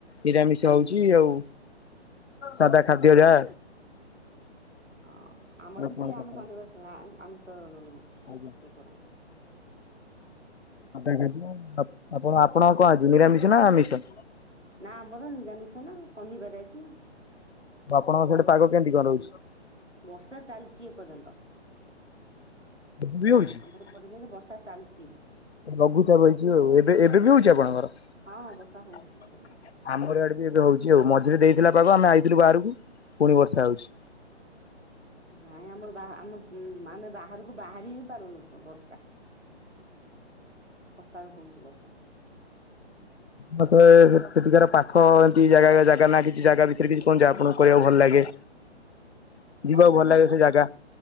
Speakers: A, on the left; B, on the right.
A: ନିରାମିଷ ହଉଛି ଆଉ। ସାଧା ଖାଦ୍ୟ ଯାହା।
B: ହଁ
A: ଆଉ
B: ଆମର ବି
A: କଣ
B: ସେଇ
A: କଥା
B: ଆମେ ଶନିବାର ଆମିଷ ଇଏ
A: ଆଜ୍ଞା।
B: କରୁ।
A: ଆପଣ ଆପଣଙ୍କ କଣ ଅଛି ନିରାମିଷ ନା ଆମିଷ?
B: ନା ଆମର ନିରାମିଷ ନା ଶନିବାର ଆଜି।
A: ଆପଣଙ୍କ ସେଇଆଡେ ପାଗ କେମିତି କଣହଉଛି?
B: ବର୍ଷା ଚାଲିଛି ଏପର୍ଯ୍ୟନ୍ତ।
A: ଏବେ ବି ହଉଛି
B: ଆମର ପଯ୍ୟନ୍ତ ବର୍ଷା ଚାଲଚି।
A: ଲଘୁଚାପ ହେଇଛି ଆଉ ଏବେ ଏବେ ବି ହଉଛି ଆପଣଙ୍କର
B: ହଁ ବର୍ଷା ହଉଛି ଏପର୍ଯ୍ୟନ୍ତ
A: ଆମର ଇଆଡ଼େ ବେ ହଉଛି ଆଉ ମଝିରେ ଦେଇଥିଲା ପାଗ ଆମେ ଆଇଥିଲୁ ବାହାରକୁ ପୁଣି ବର୍ଷା ହଉଛି।
B: ନାହିଁ ଆମର ଆମ ଆମେ ବାହାରକୁ ବାହାରି ହିଁ ପାରୁନୁ ବର୍ଷା। ସକାଳୁ ହଉଚୁ ବର୍ଷା।
A: ସେଠିକାର ପାଖ ଏମିତି ଜାଗା ଜାଗା ନା କିଛି ଜାଗା ଭିତରେ କିଛି କଣ ଜାଗା ଆପଣଙ୍କୁ କହିବାକୁ ଭଲ ଲା ଗେ? ଯିବାକୁ
B: କଣ କହିଲେ
A: ଭଲ ଲାଗେ
B: ପୁଅ?
A: ସେ ଜାଗା?